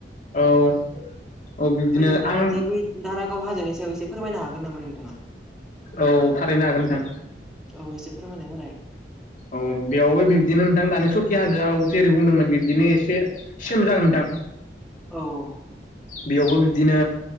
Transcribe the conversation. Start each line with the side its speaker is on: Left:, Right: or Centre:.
Left: औ बिब्दिनो
Centre: फ्राय नोंथाङा
Left: आं
Centre: जे बै दारागाव हाजोनि सायाव एसे फोरमायनो हागोन नामा नोंथाङा
Left: औ थारैनो हागोन नोंथां
Centre: औ एसे फोरमायना होलाय
Left: औ बेयावबो बिब्दिनो नोंथां दानि सखि हाजोआव जेरै बुंदोंमोन बिब्दिनो एसे सेम जागोन नोंथां
Centre: औ औ
Left: बेयावबो बिदिनो